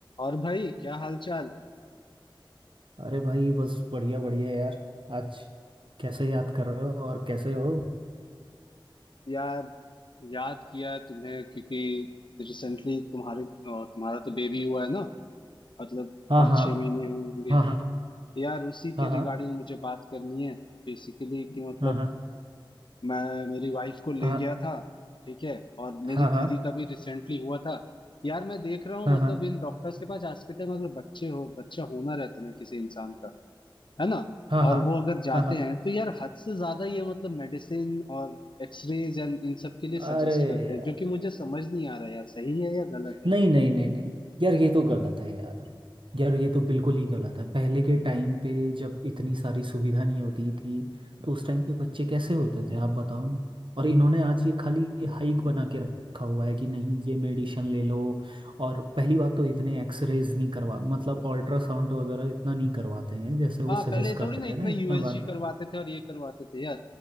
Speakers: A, on the left; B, on the right.
A: और भाई क्या हाल चाल
B: अरे भाई बस बढ़िया बढ़िया यार आज कैसे याद कर रहे हो और कैसे हो
A: यार याद किया तुम्हें क्योंकि रिसेंटली तुम्हारे अ, तुम्हारा तो बेबी हुआ है ना मतलब
B: हाँ
A: पाँच
B: हाँ
A: छह महीने हुए होंगे
B: हाँ हाँ
A: यार उसी
B: हाँ
A: के
B: हाँ
A: रिगार्डिंग मुझे बात करनी है बेसिकली कि मतलब
B: हाँ
A: मैं मेरी वाइफ को ले
B: हाँ
A: गया था ठीक है और
B: हाँ
A: मेरी
B: हाँ
A: दीदी का भी रिसेंटली हुआ था यार मैं देख रहा हूँ
B: हाँ
A: मतलब
B: हाँ हाँ
A: इन डॉक्टर्स के पास आज के टाइम अगर बच्चे हो बच्चा होना रहता है ना किसी इंसान का है ना
B: हाँ
A: और
B: हाँ
A: वो अगर जाते
B: हाँ हाँ
A: हैं तो यार हद से ज्यादा ये मतलब मेडिसिन और एक्सरेज एंड इन सब के लिए
B: अरे
A: सजेस्ट करते
B: यार
A: हैं जो कि मुझे समझ नहीं आ रहा यार सही है या गलत है
B: नहीं नहीं नहीं नहीं यार ये तो गलत है यार यार ये तो बिल्कुल ही गलत है पहले के टाइम पे जब इतनी सारी सुविधा नहीं होती थी तो उस टाइम पे बच्चे कैसे होते थे आप बताओ ना और इन्होंने आज ये खाली ये हाइक बना के रखा हुआ है कि नहीं ये मेडिसिन ले लो और पहली बात तो इतने एक्सरेज नहीं करवा मतलब अल्ट्रासाउंड वगैरह इतना नहीं करवाते हैं जैसे वो
A: हाँ
B: सजेस्ट
A: पहले
B: करते
A: थोड़ी ना इतना
B: हैं ना इतना
A: यूएसजी
B: बार
A: करवाते थे और ये करवाते थे यार